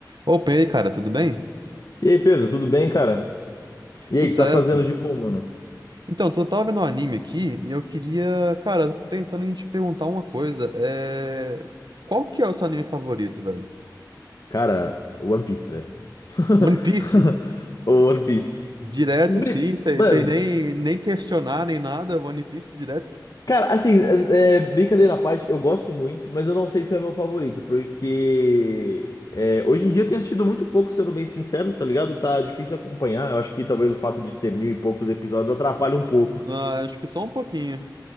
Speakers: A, on the right; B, on the left.
A: Opa, e aí, cara, tudo bem?
B: E aí, Pedro, tudo bem, cara? E aí,
A: Tudo
B: o que
A: certo.
B: tá fazendo de bom, mano?
A: Então, eu tava vendo um anime aqui e eu queria, cara, pensando em te perguntar uma coisa. É... Qual que é o seu anime favorito, velho?
B: Cara, One Piece, velho. <laughs>
A: One Piece?
B: O One Piece.
A: Direto,
B: Bri-
A: sim, sem,
B: Mano,
A: sem nem, nem questionar nem nada, One Piece direto.
B: cara, assim, é, é, brincadeira à parte, eu gosto muito, mas eu não sei se é meu favorito, porque é, hoje em dia eu tenho assistido muito pouco, sendo bem sincero, tá ligado? Tá difícil acompanhar. Eu acho que talvez o fato de ser mil e poucos episódios atrapalhe um pouco.
A: Ah, acho que só um pouquinho.